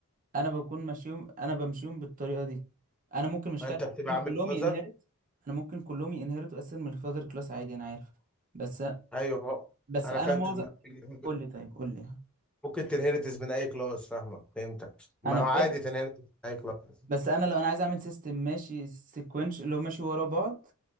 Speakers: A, on the right; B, in the centre.
A: انا بكون ماشيهم انا بمشيهم بالطريقه دي انا ممكن مش
B: انت
A: فارق
B: بتبقى
A: ممكن
B: عامل
A: كلهم
B: فازر
A: ينهرت انا ممكن كلهم ينهرتوا اساسا من الفاذر كلاس عادي انا عارف بس
B: ايوه ما هو
A: بس
B: انا
A: انا
B: فاهم
A: معظم
B: تدماغك. ممكن
A: قول لي طيب قول لي
B: ممكن تنهرتس من اي كلاس فاهمك فهمتك ما
A: انا
B: هو
A: فاهم
B: عادي تنهرتس من اي كلاس
A: بس انا لو انا عايز اعمل سيستم ماشي سيكونش اللي هو ماشي ورا بعض